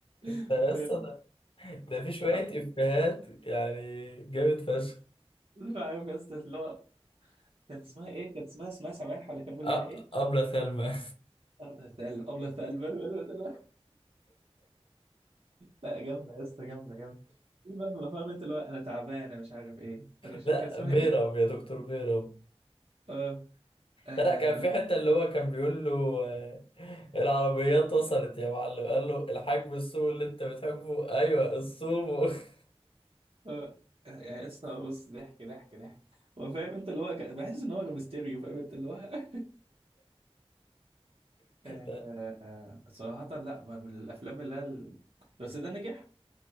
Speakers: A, on the right; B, on the left.
A: <laughs>
B: انت يا اسطى ده في شوية
A: آه،
B: إفيهات يعني جامد فشخ
A: عارف يا اسطى اللي هو كانت اسمها ايه؟ كانت اسمها اسمها سماح ولا كان بيقول
B: أ-
A: لها ايه؟
B: أبلة سلمى <laughs>
A: أولى ثقل أولى ثقل <laughs> لا جامدة يا اسطى جامدة جامدة في بقى ما فاهم انت اللي هو انا تعبانة مش عارف ايه انا ش...
B: لا
A: كان اسمها
B: بيرم
A: ايه؟
B: يا دكتور بيرم
A: اه آه
B: لا لا كان
A: لا
B: في حتة اللي هو كان بيقول له آه، العربيات وصلت يا معلم قال له الحجم السوق اللي انت بتحبه ايوه السومو <laughs>
A: آه. يا اسطى بص ضحك ضحك ضحك هو فاهم انت اللي هو ك... بحس ان هو ميستيريو فاهم انت اللي هو <laughs> آه...
B: لا
A: صراحة لا ما من الافلام اللي هي ال... بس ده نجح